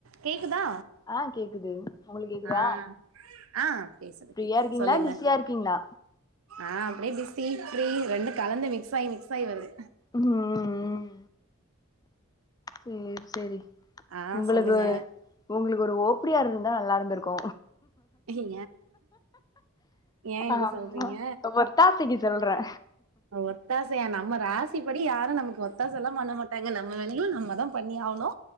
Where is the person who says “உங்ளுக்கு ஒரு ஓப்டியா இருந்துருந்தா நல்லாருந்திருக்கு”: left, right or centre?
Left